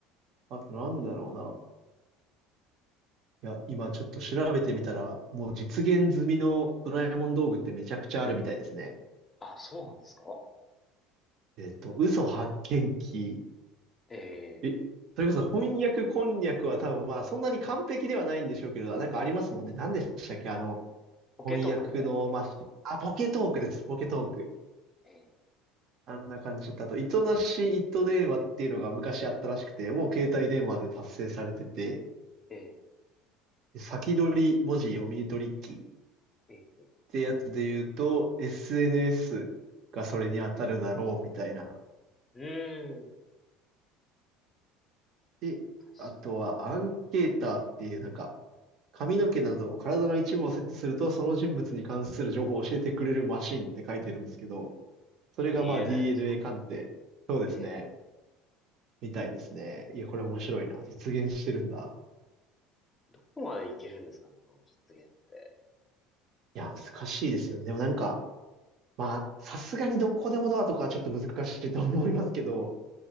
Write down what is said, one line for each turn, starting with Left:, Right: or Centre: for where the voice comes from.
Right: あとなんだろうな。いや、今ちょっと調べてみたら、もう実現済みのドラえもん道具ってめちゃくちゃあるみたいですね。
Left: うんあ、そうなんですか
Right: えっと、嘘発見器、
Left: ええ
Right: え、それこそ翻訳こんにゃくは多分まあそんなに完璧ではないんでしょうけど、なんかありますもんね。何でしたっけあの、
Left: ポケトークみたいな。
Right: 翻訳のマシン。あ、ポケトークです、ポケトーク。
Left: え
Right: あんな感じだったあと、糸なし糸電話っていうのが昔あったらしくて、もう携帯電話で達成されてて、
Left: ええ
Right: で先取り文字読み取り機っ
Left: ーえーえ
Right: てやつで言うと、SNS がそれに当たるだろうみたいな。
Left: ーうーん。
Right: で、
Left: 確か
Right: あとはアンケーターっていうなんか髪の毛など体の一部をセットすると、その人物に関する情報を教えてくれるマシンって書いてるんですけど、それがまあ
Left: DNA
Right: DNA
Left: ですか
Right: 鑑定。そうですね。
Left: ええ
Right: みたいですね。いや、これ面白いな。実現してるんだ。
Left: どこまでいけるんですかね、この実現って。
Right: いや、難しいですよね。でもなんか、まあ、さすがにどこでもドアとかはちょっと難しいと思いますけど、